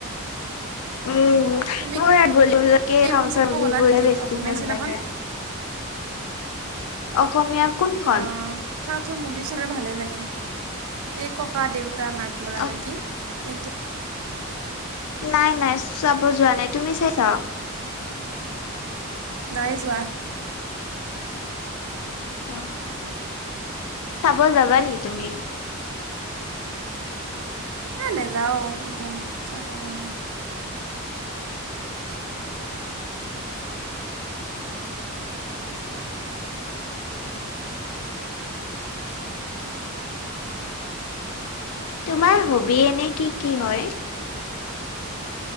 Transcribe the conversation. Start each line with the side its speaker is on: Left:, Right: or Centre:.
Left: উম
Right: তুমি
Left: মোৰ এই ভলিবলকে
Right: এইখন
Left: সথ
Right: চাব গ'লা
Left: বো
Right: নেকি
Left: বেছিকে
Right: অসমীয়া
Left: ভাল
Right: চিনেমাখন
Left: লাগে। অসমীয়া। কোনখন?
Right: আঁ, চাউথৰ মুভি চবলে ভালে লাগে, এই ককা -দেউতা। টা নাতি কৰা
Left: অ',
Right: নেকি এইটো-
Left: নাই নাই চাব যোৱা নাই, তুমি চাইছা?
Right: নাই যোৱা।
Left: অ কবা যাবা নেকি তুমি।
Right: এ নাযাও এইখন চাবৰ কাৰণে।
Left: তোমাৰ হবি এনে কি কি হয়?